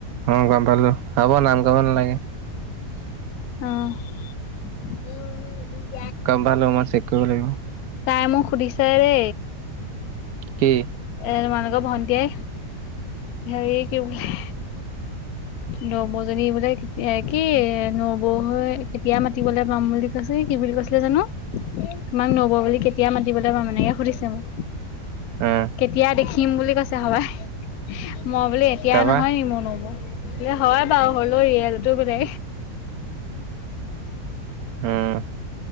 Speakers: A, on the right; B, on the left.
A: অ গম পালো হব নাম কব নালাগে
B: উম
A: গম পালো মই চেক কৰিব লাগিব
B: তাই মোক সুধিছে ৰে
A: কি
B: তে তোমালোকৰ ভন্টি এ হেৰী কি বোলে নবৌ জনী বোলে কি নবৌ হৈ কেতিয়া মাতিবলে পাম বুলি কৈছে কি বুলি কৈছিলে জানো তোমাক নবৌ বুলি কেতিয়া মাতিবলৈ পাম এনেকে সুধিছে মোক
A: উম
B: কেতিয়া দেখি থিম বুলি কৈছে হবাই উ মই বোলে এতিয়াই
A: তাৰপা
B: নহয় মোৰ নবৌ এ হয় বাৰু হলো ৰিয়েল তো বোলে
A: হম